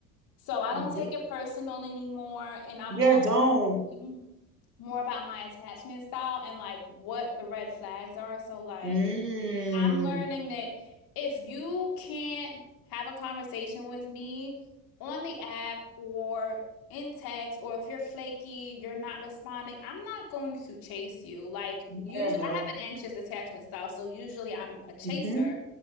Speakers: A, on the left; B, on the right.
A: So I
B: Mhm.
A: don't take it personal anymore. And I'm
B: Yeah,
A: also
B: don't.
A: thinking more about my attachment style and like what the red flags are. So, like,
B: Mm.
A: I'm learning that if you can't have a conversation with me on the app or in text, or if you're flaky, you're not responding, I'm not going to chase you. Like,
B: Yeah,
A: usually,
B: no.
A: I have an anxious attachment style. So, usually, I'm a chaser.
B: Mm-hmm.